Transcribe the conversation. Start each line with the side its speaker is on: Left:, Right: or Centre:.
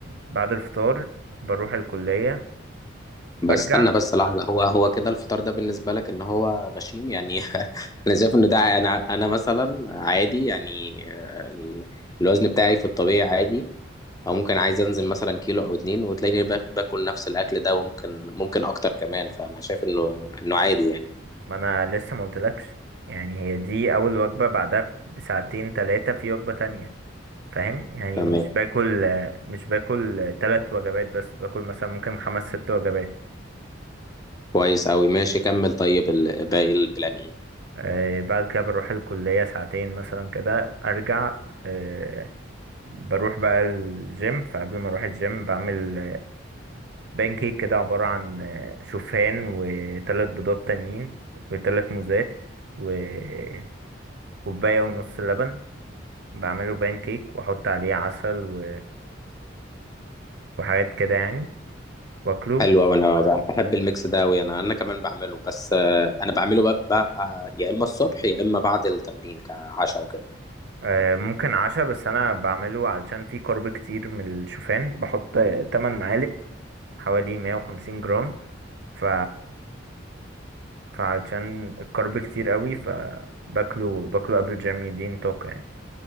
Right: بعد الفطار بروح الكليه برجع
Left: بس استنى بس لحظة هو هو كده الفطار ده بالنسبة لك ان هو غشيم يعني <laughs> انا شايف ان ده ع- انا انا مثلا عادي يعني آه، ال- الوزن بتاعي في الطبيعي عادي او ممكن عايز انزل مثلا كيلو او اتنين وتلاقيني با- باكل نفس الاكل ده وممكن ممكن اكتر كمان فانا شايف انه انه عادي يعني
Right: ما انا لسه ما قلتلكش يعني هي دي اول وجبة بعدها بساعتين ثلاثة في وجبة تانية فاهم يعني
Left: تمام
Right: مش باكل مش باكل ثلاث وجبات بس باكل مثلا ممكن خمس ست وجبات
Left: كويس اوي ماشي كمل طيب ال- باقي البلان ايه
Right: آه، بعد كده بروح الكلية ساعتين مثلا كده ارجع آه، بروح بقى الجيم فقبل ما اروح الجيم بعمل بانكيك كده عبارة عن آه، شوفان وثلاث بيضات تانيين وثلاث موزات وكوباية ونص لبن بعمله بان كيك واحط عليه عسل و... وحاجات كده يعني واكله
Left: حلوة وانا ب- بحب الميكس ده اوي انا انا كمان بعمله بس آه، انا بعمله بقى بقى يا اما الصبح يا اما بعد التمرين كعشاء وكده
Right: آه، ممكن عشا بس انا بعمله علشان فيه كارب كتير من الشوفان بحط 8 معالق حوالي 150 جرام ف فعلشان الكارب كتير قوي فباكله باكله قبل الجيم يديني طاقة يعني